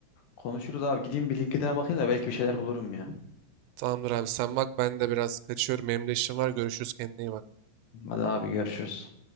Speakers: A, on the left; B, on the right.
A: Konuşuruz abi gideyim bir LinkedIn'e bakayım da belki bir şeyler bulurum ya.
B: Tamamdır abi sen bak ben de biraz kaçıyorum. Benim de işim var. Görüşürüz kendine iyi bak.
A: Hadi abi görüşürüz.